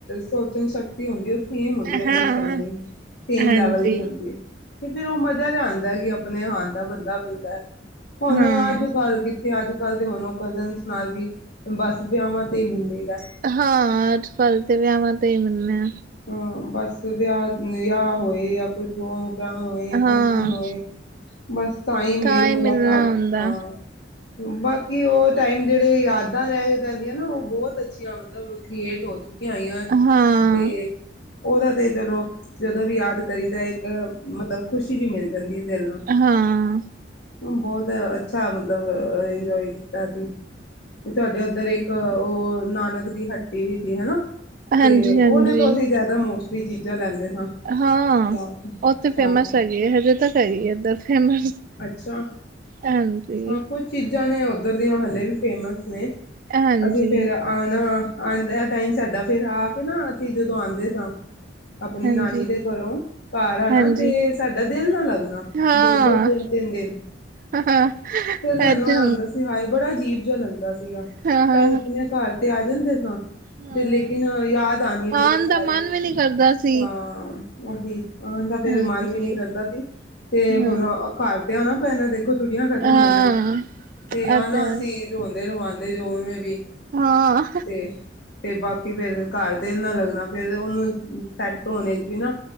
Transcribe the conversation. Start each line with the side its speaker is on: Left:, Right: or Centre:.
Left: ਸੋਚਣ ਸ਼ਕਤੀ ਹੁੰਦੀ ਓ ਸੇਮ ਹੁੰਦੀ
Right: ਹਾਂ
Left: ਅੰਡਰਸਟੈਂਡਿੰਗ। ਸੇਮ
Right: ਹਾਂਜੀ
Left: ਲੈਵਲ ਦੀ ਹੁੰਦੀ ਏ। ਤੇ ਫੇਰ ਓ ਮਜ਼ਾ ਜਿਆ ਆਂਦਾ ਐ ਕਿ ਅਪ ਅਪਣੇ ਹਾਣ ਦਾ ਬੰਦਾ ਮਿਲਦਾ ਐ। ਹੁਣ
Right: ਹਾਂ
Left: ਅੱਜ ਕਲ ਕਿ ਤੇ ਅੱਜ ਕੱਲ੍ਹ ਤੇ ਹੁਣ ਓ ਕਜ਼ਨਸ ਨਾਲ ਵੀ ਬੱਸ, ਵਿਆਹਵਾਂ ਤੇ ਈ ਮਿਲੀ ਦਾ
Right: ਹਾਂ, ਅੱਜ ਕੱਲ੍ਹ ਤੇ ਵਿਆਹਵਾਂ ਤੇ ਹੀ ਮਿਲਨੇ
Left: ਹਾਂ, ਬਸ ਵਿਆਹ-ਵਿਆਹ ਹੋਏ ਯਾ ਕੋਈ ਪ੍ਰੋਗਰਾਮ ਹੋਏ,
Right: ਹਾਂ
Left: ਫੰਕਸ਼ਨ ਹੋਏ ਬਸ ਤਾਂਈ
Right: ਤਾਂ
Left: ਮੇਲ
Right: ਹੀ ਮਿਲਣਾ
Left: ਮੁਲਾਕਾਤ
Right: ਹੁੰਦਾ
Left: ਹਾਂ ਬਸ ਕਿ ਓ ਟਾਈਮ ਜੇੜੇ ਯਾਦਾਂ ਰਹਿ ਜਾਂਦੀਆਂ ਨਾ ਓ ਬੋਤ ਅੱਛੀਆਂ ਮਤਲਬ ਕਰੇਟ ਹੋ ਚੁੱਕੀਆਂ ਹੋਈਆਂ
Right: ਹਾਂ
Left: ਤੇ
Right: ਹਾਂ
Left: ਓਹਦਾ ਤੇ ਚਲੋ, ਜਦੋਂ ਵੀ ਯਾਦ ਕਰੀਦੈ, ਇੱਕ ਮਤਲਬ ਖੁਸ਼ੀ ਜਿਹੀ ਮਿਲ ਜਾਂਦੀ ਆ, ਦਿਲ ਨੂੰ
Right: ਹਾਂ
Left: ਬੋਤ ਅੱਛਾ ਮਤਲਬ ਇੰਜੋਏ ਕੀਤਾ ਸੀ, ਤੇ ਤੁਆਡੇ ਉੱਧਰ ਇੱਕ ਅ ਓ, ਨਾਨਕ ਦੀ ਹੱਟੀ ਵੀ ਸੀ, ਹੇਨਾ
Right: ਹਾਂਜੀ
Left: ਤੇ ਓਦੇ
Right: ਹਾਂਜੀ
Left: ਏਦਾ ਮੋਸਟਲੀ ਚੀਜ਼ਾਂ ਲੈਂਦੇ
Right: ਹਾਂ,
Left: ਜਾ ਕੇ
Right: ਓ ਤੇ
Left: ਸ਼ਾਮ
Right: ਫੇਮਸ
Left: ਨੂੰ।
Right: ਹੈਗੀ ਏ, ਹਜੇ ਤੱਕ ਹੈਗੀ ਏ, ਏਧਰ ਫੇਮਸ
Left: ਅੱਛਾ,
Right: ਹਾਂਜੀ
Left: ਹਾਂ ਕੁਛ ਚੀਜ਼ਾਂ ਨੇ ਓਧਰ ਦੀਆਂ ਹਲੇੇ ਵੀ ਫੇਮਸ ਨੇ
Right: ਹਾਂਜੀ
Left: ਅਸੀਂ ਫੇਰ ਆਣਾ, ਆਂਦਿਆਂ ਟਾਈਮ ਸਾਡਾ ਫਿਰ ਆ ਕੇ ਨਾ ਅਸੀਂ ਜਦੋਂ ਆਂਦੇ ਸਾਂ ਆਪਨੀ
Right: ਹਾਂਜੀ
Left: ਨਾਨੀ ਦੇ ਘਰੋਂ ਘਰ ਆਨਾ,
Right: ਹਾਂਜੀ
Left: ਤੇ ਸਾਡਾ ਦਿਲ ਨਾ ਲੱਗਨਾ,
Right: ਹਾਂ
Left: ਦੋ-ਦੋ ਤਿੰਨ-ਤਿੰਨ ਦਿਨ,
Right: ਹਾਂ
Left: ਫਿਰ ਸਾਨੂੰ
Right: ਇਹ ਤੇ
Left: ਆਏ ਹੁੰਦਾ ਸੀ, ਹਾਏ ਬੜਾ ਅਜੀਬ ਜਿਆ ਲੱਗਦਾ ਸੀਗਾ,
Right: ਹਾਂ ਹਾਂ
Left: ਚਾਹੇ ਅਪਨੇ ਘਰ ਤੇ ਆ ਜਾਂਦੇ ਸਾਂ
Right: ਹਾਂ
Left: ਤੇ ਲੇਕਿਨ ਯਾਦ ਆਨੀ
Right: ਆਉਣ
Left: ਬਈ ਸਾਰੇ,
Right: ਦਾ ਮਨ ਵੀ ਨੀ ਕਰਦਾ ਸੀ
Left: ਹਾਂ ਉਹੀ, ਆਨਦਾ ਫੇਰ
Right: ਹਾਂਜੀ
Left: ਮਨ ਵੀ ਨੀ ਕਰਦਾ ਸੀ, ਤੇ
Right: ਹਾਂ
Left: ਹੁਣ ਘਰ ਤੇ ਆਨਾ ਪੈਨੇ ਦੇ ਦੇਖੋ ਛੁੱਟੀਆਂ ਖ਼ਤਮ
Right: ਹਾਂ
Left: ਹੋ ਗਈਆਂ,
Right: ਇਹ
Left: ਤੇ ਆ ਨਾ
Right: ਹੈ
Left: ਅਸੀਂ ਰੋਂਦੇ ਰਵਾਨਦੇ ਜੋਵੇਂ ਵੀ
Right: ਹਾਂ!
Left: ਤੇ ਤੇ ਬਾਕੀ ਫੇਰ ਘਰ ਦਿਲ ਨਾ ਲੱਗਨਾ, ਫਿਰ ਉਨੁ ਸੈੱਟ ਹੋਨੇ 'ਚ ਵੀ ਨਾ